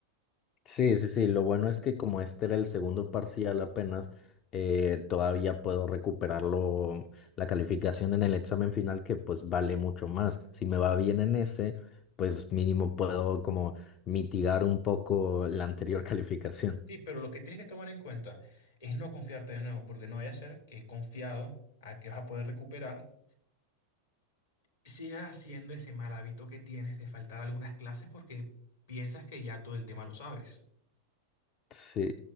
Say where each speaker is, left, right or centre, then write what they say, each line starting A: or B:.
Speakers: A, on the left; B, on the left.
A: Sí, sí, sí. Lo bueno es que como este era el segundo parcial apenas, eh, todavía puedo recuperarlo, la calificación en el examen final que pues vale mucho más. Si me va bien en ese, pues mínimo puedo como mitigar un poco la anterior <laughs> calificación.
B: Sí, pero lo que tienes que tomar en cuenta es no confiarte de nuevo, porque no vaya a ser que confiado a que vas a poder recuperar, sigas haciendo ese mal hábito que tienes de faltar algunas clases porque piensas que ya todo el tema lo sabes.
A: Sí,